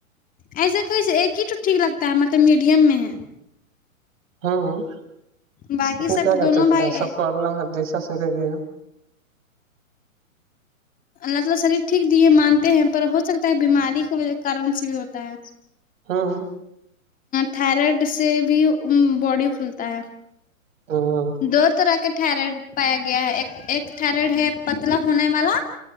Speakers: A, on the left; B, on the right.
A: ایسا کیسے ایک ہی تو ٹھیک لگتا ہے مطلب میڈیم میں ہے
B: ہوں
A: باقی
B: لیکن
A: سب
B: کیا کر
A: دونوں
B: سکتے
A: بھائی
B: ہیں سب کو اللہ جیسا شریر دیا
A: اللہ تعالی شریر ٹھیک دیے مانتے ہیں پر ہو سکتا ہے بیماری کے کارن سے بھی ہوتا ہے
B: ہاں
A: تھائرائڈ سے بھی باڈی پھولتا ہے
B: ہاں
A: دو طرح کے تھارائڈ پایا گیا ہے ایک ایک تھائرائڈ ہے پتلا ہونے والا